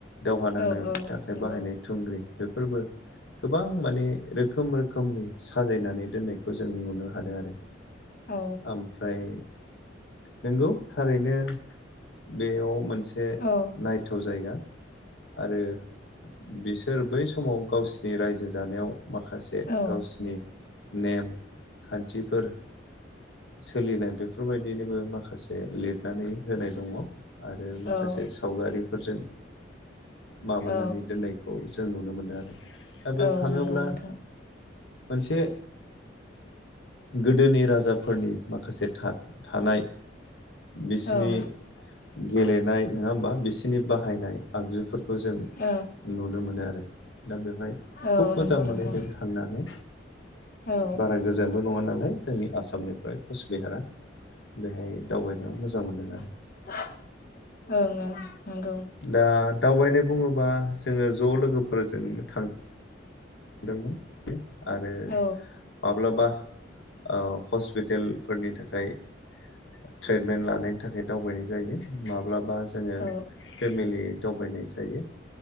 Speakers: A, on the left (about 75°); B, on the left (about 50°).
A: दावहा नांनो
B: औ औ
A: थाखाय
B: नंगौ
A: बाहायनाय थुंग्रि बे फोरबो गोबां माने रोखोम रोखोमनि साजायनानै दोननाय बे खौ जों नुनो हादों आरो
B: औ
A: ओमफ्राय नंगौ थारैनो बेयाव मोनसे
B: औ
A: नायथाव जायगा आरो बिसोर बै समाव गावसिनि रायजो जानायाव माखासे
B: औ
A: गावसिनि नेमखान्थिफोर सोलिनाय बेफोरबायदिनोबो माखासे लिरनानै होनाय दङ आरो माखासे
B: औ
A: साव वारिफोरजों माबानानै
B: औ
A: दोननायखौ जों नुनो मोनो आरो दा बेयाव
B: औ
A: थाङोब्ला
B: नंगौ नोंथां
A: मोनसे गोदोनि राजाफोरनि माखासे थानाय बिसिनि
B: औ
A: गेलेनाय नङा होमबा बिसोरनि बाहायनाय आगजुफोरखौ बे खौ जों
B: औ
A: नुनो मोनो आरो दा बेवहाय
B: औ
A: खुब
B: नंगौ
A: मोजां
B: नोंथां
A: मोनहैदों थांनानै
B: औ
A: बारा गोजानबो नङा नालाय जोंनि आसामनिफ्राय कचबिहारा बेहाय दावबायनायाव मोजां मोनदों आरो
B: ओं ओं नंगौ
A: दा दावबायनाय बुङोबा जोंङो ज लोगोफोरजों थाङो दोंमोन बियो आरो
B: औ
A: माब्लाबा हस्पिटेलफोरनि थाखाय ट्रिटमेन्ट लानायनि थाखाय दावबायनाय जायो माब्लाबा जोंङो
B: औ
A: फेमिलि दावबायनाय जायो